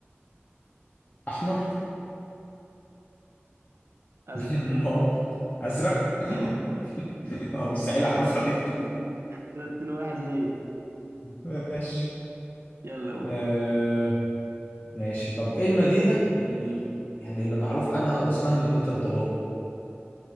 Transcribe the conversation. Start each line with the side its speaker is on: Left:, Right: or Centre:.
Left: أحمر
Right: ازرق
Left: <laughs> أمال أزرق <laughs>
Right: اه
Left: آه، مستحيل أعرفها دي
Right: كده اتنين واحد ليا
Left: <laughs> ماشي
Right: يلا قول
Left: آه، ماشي طب ايه المدينة ال- يعني اللي معروف عنها او اسمها مدينة الضباب